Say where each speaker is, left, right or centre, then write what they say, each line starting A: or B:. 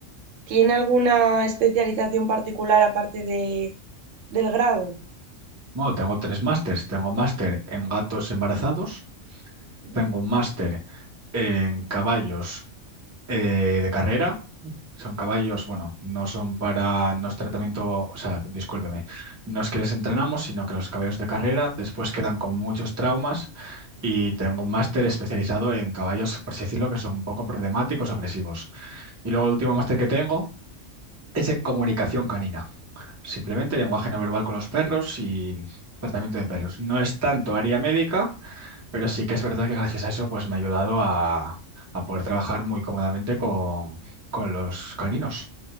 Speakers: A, on the right; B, on the right.
A: ¿Tiene alguna especialización particular aparte de, del grado?
B: Bueno, tengo tres másters. Tengo máster en gatos embarazados.
A: Mm,
B: Tengo un máster en caballos eh, de carrera. Son caballos,
A: Bien.
B: bueno, no son para, no es tratamiento, o sea, discúlpeme, no es que les entrenamos, sino que los caballos de carrera después quedan con muchos traumas y tengo un máster especializado en caballos, por así decirlo, que son un poco problemáticos, agresivos. Y luego el último máster que tengo es en comunicación canina, simplemente lenguaje no verbal con los perros y tratamiento de perros. No es tanto área médica pero sí que es verdad que gracias a eso pues me ha ayudado a, a poder trabajar muy cómodamente con, con los caninos.